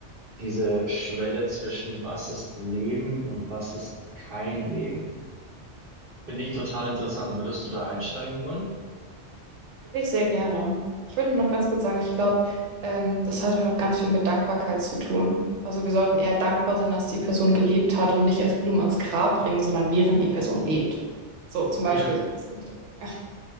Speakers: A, on the right; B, on the right.
A: diese Schwelle zwischen was ist Leben und was ist kein Leben. Finde ich total interessant. Würdest du da einsteigen wollen?
B: Wirklich sehr gerne. Ich würde nur noch ganz kurz sagen, ich glaube, ähm, das hat halt auch ganz viel mit Dankbarkeit zu tun. Also wir sollten eher dankbar sein, dass die Person gelebt hat und nicht erst Blumen ans Grab bringen, sondern während die Person lebt. So zum Beispiel.
A: Ja,
B: so in die Richtung. Ja,